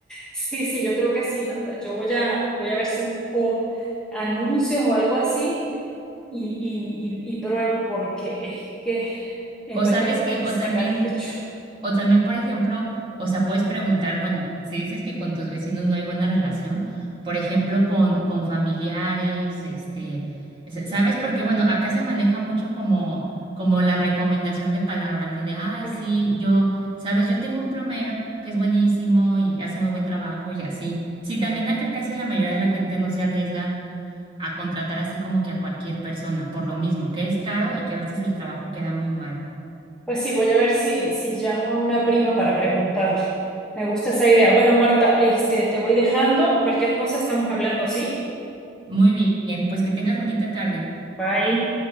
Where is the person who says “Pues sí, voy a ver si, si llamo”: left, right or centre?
Centre